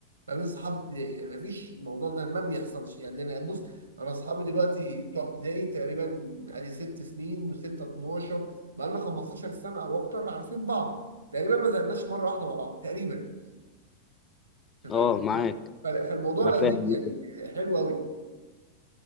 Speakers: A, on the right; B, on the left.
A: ما بين صحاب ابتدائي يعني ما فيش الموضوع ده ما بيحصلش يعني انا بص انا اصحابي دلوقتي بتوع ابتدائي تقريبا يعني ست سنين وستة 12 بقى لنا 15 سنة او اكتر عارفين بعض تقريبا ما زعلناش مرة واحدة مع بعض تقريبا أنت
B: اه
A: فاهم الفكرة؟
B: معاك
A: فالموضوع
B: انا فاهم
A: لذيذ يعني حلو قوي